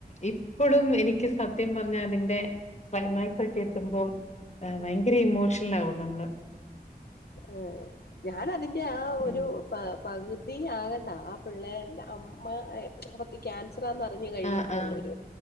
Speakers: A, on the left; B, on the left.
A: ഇപ്പോഴും എനിക്ക് സത്യം പറഞ്ഞാ അതിന്റെ ക്ലൈമാക്സ് ഒക്കെ എത്തുമ്പോം ആഹ് ഭയങ്കര ഇമോഷണൽ ആകും നമ്മള്
B: ഏഹ് ഞാൻ അതിന്റെ ആഹ്
A: ഉം.
B: ഒരു ആഹ് പകുതി ആകണ്ട ആഹ് പിള്ളേര്ടെ അമ്മ അവർക്ക് കാൻസ റന്ന് അറിഞ്ഞു കഴിയുമ്പോള്ളരു
A: ആ, ആ.